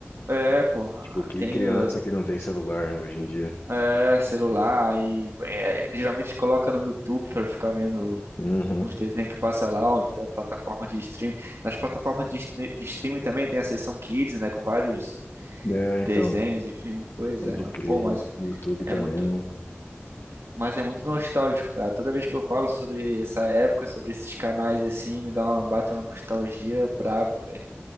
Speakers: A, on the right; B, on the left.
A: É, pô, ah,
B: Tipo, que
A: tem
B: criança
A: o
B: que não tem celular né, hoje em dia.
A: é, celular e é, geralmente coloca no YouTube pra ficar vendo
B: Uhum.
A: uns desenhos que passa lá, ou então plataforma de streaming. Nas plataformas de, stre- de streaming também tem a seção Kids, né, com vários
B: É,
A: Desenhos,
B: então,
A: e filmes, Pois
B: pode
A: é, mano.
B: crer,
A: Pô, mas
B: e o YouTube também.
A: é muito, mas é muito nostálgico, cara. Toda vez que eu falo sobre essa época, sobre esses canais assim, me dá uma bate uma nostalgia braba, velho.